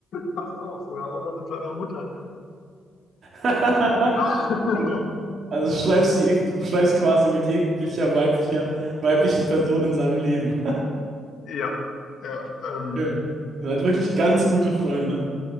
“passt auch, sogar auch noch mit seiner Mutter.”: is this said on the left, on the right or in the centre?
Left